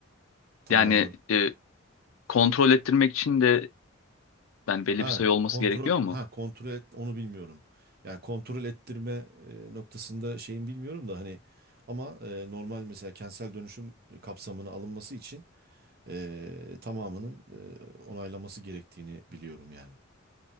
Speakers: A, on the right; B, on the left.
A: Tamamının.
B: Yani
A: Yani
B: e, kontrol ettirmek için de Yani belli
A: Ha
B: bir sayı olması
A: kontrol
B: gerekiyor mu?
A: ha kontrol et onu bilmiyorum. Yani kontrol ettirme e, noktasında şeyin bilmiyorum da hani ama e, normal mesela kentsel dönüşüm kapsamına alınması için e, tamamının e, onaylaması gerektiğini biliyorum yani.